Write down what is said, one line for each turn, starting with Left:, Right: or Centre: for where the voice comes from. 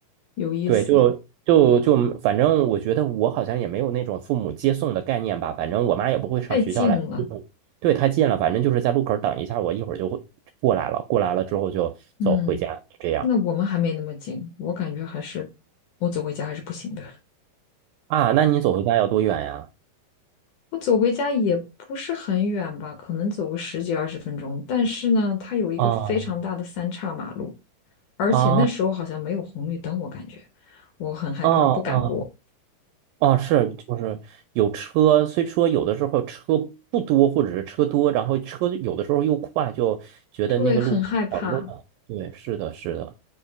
Left: 有意思，
Right: 对，就就就，反正我觉得我好像也没有那种父母接送的概念吧。反正我妈也不会上学校来接送对，
Left: 太近了。
Right: 太近了，反正就是在路口等一下，我一会儿就会过来了。过来了之后就走回家，
Left: 嗯，
Right: 就这样
Left: 那我们还没那么近，我感觉还是我走回家还是不行的。
Right: 啊。那你走回家要多远呀？
Left: 我走回家也不是很远吧，可能走个十几二十分钟。但是呢，它有一个非常大的三岔马路，
Right: 哦
Left: 而且那时候好像没有红绿灯，
Right: 啊
Left: 我感觉我很害怕，
Right: 啊啊
Left: 我不敢过。
Right: 啊！是，就是有车，虽说有的时候车不多，或者是车多，然后车有的时候又快，就觉得那个路口好乱。
Left: 对，很害怕。
Right: 对，是的，是的。